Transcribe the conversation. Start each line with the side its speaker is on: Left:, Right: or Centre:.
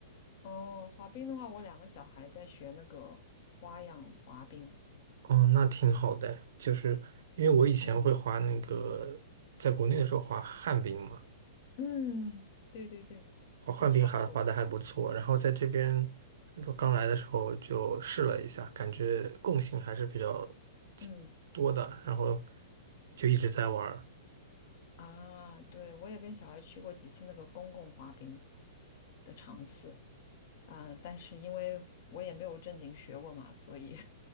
Left: 哦，滑冰的话，我两个小孩在学那个花样滑冰。
Right: 哦，那挺好的，就是因为我以前会滑那个，
Left: 嗯
Right: 在国内的时候滑旱冰嘛，
Left: 嗯，对对对，
Right: 滑旱冰还滑的还不错，
Left: 所以差不多。
Right: 然后在这边刚来的时候就试了一下，感觉共性还是比较
Left: 嗯。
Right: 多的，然后就一直在玩儿。
Left: 啊，对，我也跟小孩去过几次那个公共滑冰的场次，嗯，但是因为我也没有正经学过嘛，所以